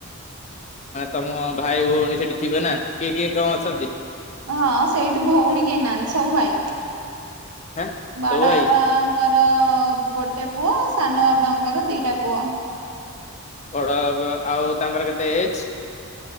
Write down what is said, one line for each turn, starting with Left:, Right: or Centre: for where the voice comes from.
Left: ତମ ଭାଇ ଭଉଣୀ ସେଠି ଥିବେ ନା କିଏ କିଏ କଁ ଅଛନ୍ତି?
Right: ହଁ ସେଇଠି ଭଉଣୀ କେହି ନାହାନ୍ତି ସବୁ ଭାଇ।
Left: ହେଁ
Right: ବଡ
Left: ସବୁ ଭାଇ
Right: ବାବାଙ୍କର ଗୋଟେ ପୁଅ ସାନ ବାବାଙ୍କର ଦିଟା ପୁଅ।
Left: ବଡ ବାବା ଆଉ ତାଙ୍କର କେତେ ଏଜ?